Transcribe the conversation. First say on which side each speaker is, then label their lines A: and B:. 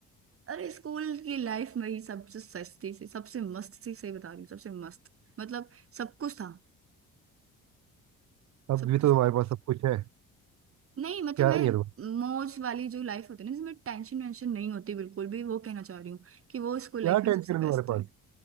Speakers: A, on the right; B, on the right.
A: अरे स्कूल की लाइफ मेरी सबसे सस्ती सी सबसे मस्त सी सही बता रही हूँ सबसे मस्त मतलब सब कुछ था
B: अब
A: सब
B: भी
A: कुछ
B: तो तुम्हारे पास सब कुछ है
A: नहीं मतलब
B: क्या
A: मैं
B: नहीं है तुम्हारे
A: मौज वाली जो लाइफ होती है ना जिसमें टेंशन वेंशन नहीं होती बिल्कुल भी वो कहना चाह रही हूँ कि वो स्कूल
B: क्या
A: लाइफ
B: टेंशन
A: में सबसे बेस्ट
B: है तुम्हारे पास
A: है